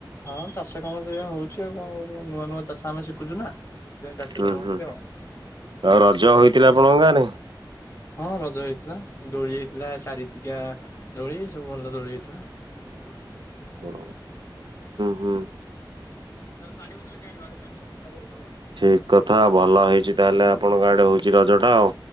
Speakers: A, on the left (about 30°); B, on the right (about 70°).
A: ହଁ ଚାଷ କାମ ସେଇଆ ହଉଛି ଆଉ କଣ କରିବା ନୂଆ ନୂଆ ଚାଷ ଆମେ ଶିଖୁଛୁ ନା। ସେଥିପାଇଁ ଚାଷ
B: ହୁଁ
A: କାମ ହଉଛି
B: ହୁଁ
A: ଆଉ।
B: ଆଉ ରଜ ହୋଇଥିଲା ଆପଣଙ୍କ ଗାଁରେ।
A: ହଁ ରଜ ହେଇଥିଲା ଦୋଳି ହେଇଥିଲା ଚାରି ତିିକିଆ ଦୋଳି ସବୁ ଭଲ ଦୋଳି ହେଇଥିଲା। ବ
B: ହୁଁ
A: <unintelligible>
B: ହୁଁ ଠିକ କଥା ଭଲ ହେଇଛି ତାହେଲେ ଆପଣଙ୍କ ଆଡେ ହୋଇଛି ରଜ ଟା ଆଉ